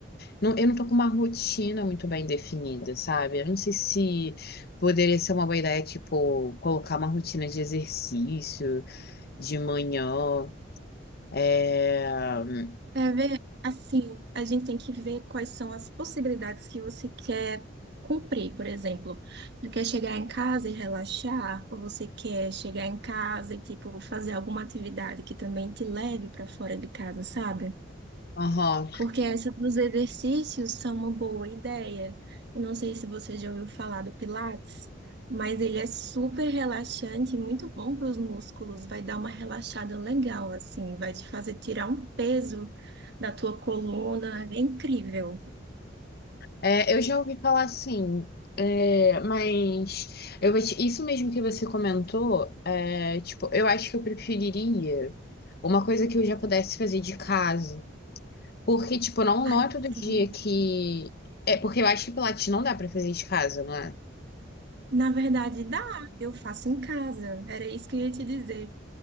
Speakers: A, on the left; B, on the right.
A: não, eu não tô com uma rotina muito bem definida, sabe? Eu não sei se poderia ser uma boa ideia, tipo, colocar uma rotina de exercício de manhã. É...
B: É ver, assim, a gente tem que ver quais são as possibilidades que você quer cumprir, por exemplo. Você quer chegar em casa e relaxar, ou você quer chegar em casa e, tipo, fazer alguma atividade que também te leve para fora de casa, sabe?
A: Aham,
B: Porque essa dos exercícios são uma boa ideia. Eu não sei se você já ouviu falar do Pilates, mas ele é super relaxante e muito bom para os músculos. Vai dar uma relaxada legal, assim, vai te fazer tirar um peso da tua coluna. É incrível.
A: É, eu já ouvi falar assim, é, mas eu vou te- isso mesmo que você comentou, é, tipo, eu acho que eu preferiria uma coisa que eu já pudesse fazer de casa. Porque, tipo, não,
B: Ai,
A: não é todo dia
B: sim.
A: que. É porque eu acho que Pilates não dá pra fazer de casa, não é?
B: Na verdade, dá. Eu faço em casa. Era isso que eu ia te dizer.